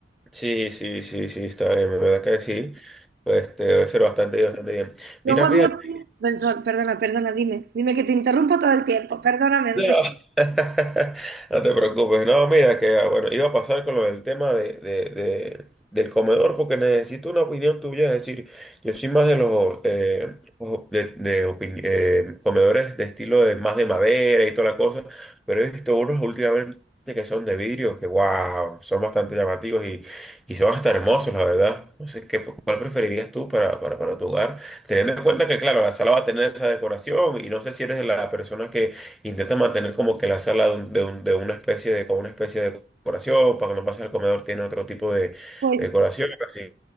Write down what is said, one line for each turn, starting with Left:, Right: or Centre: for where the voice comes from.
Centre: Sí, sí, sí, sí, está bien, la verdad que sí. Pues, Este, debe ser bastante, bastante bien.
Right: Luego
Centre: Mira,
Right: había...
Centre: fíjate.
Right: Benson, Perdona, perdona, dime. Dime que te interrumpo todo el tiempo. Perdóname, Enrique.
Centre: No, <laughs> no te preocupes, no, mira que ah, bueno, iba a pasar con lo del tema de, de- de- del comedor porque necesito una opinión tuya, es decir, yo soy más de los eh, o- de, de opin- eh, comedores de estilo de más de madera y toda la cosa, pero he visto unos últimamente que son de vidrio, que wow, son bastante llamativos y, y son hasta hermosos, la verdad. No sé, ¿qué, cuál preferirías tú para, para, para tu hogar? Teniendo en cuenta que, claro, la sala va a tener esa decoración y no sé si eres de la persona que Intenta mantener como que la sala de, un- de un- de una especie de, con una especie de decoración, para que no pase al comedor, tiene otro tipo de, de
Right: Pues
Centre: decoración, así.